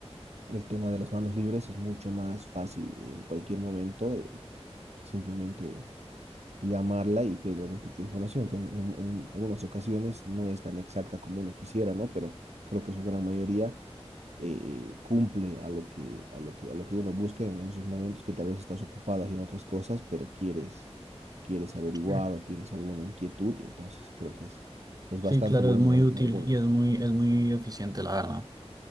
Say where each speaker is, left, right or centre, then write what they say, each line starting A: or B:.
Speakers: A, on the right; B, on the right.
A: el tema de las manos libres es mucho más fácil en cualquier momento. eh, simplemente llamarla y pedir algún tipo de información, que en, en- en algunas ocasiones no es tan exacta como uno quisiera, ¿no? Pero creo que su gran mayoría eh, cumple a lo que, a lo que, a lo que uno busca en, en esos momentos que tal vez estás ocupado haciendo otras cosas, pero quieres, quieres averiguar
B: Sí,
A: o tienes alguna inquietud, entonces creo que es, es
B: Sí,
A: bastante
B: claro,
A: bueno
B: es muy
A: en
B: útil
A: alguna.
B: y es muy, es muy eficiente, la verdad.